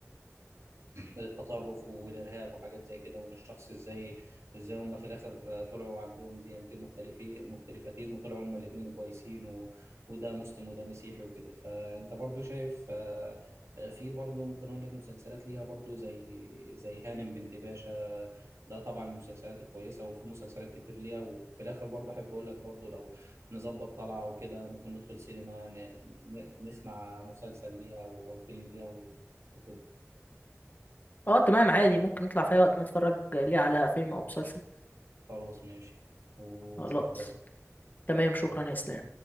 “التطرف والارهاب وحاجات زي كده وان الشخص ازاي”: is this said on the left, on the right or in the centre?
Right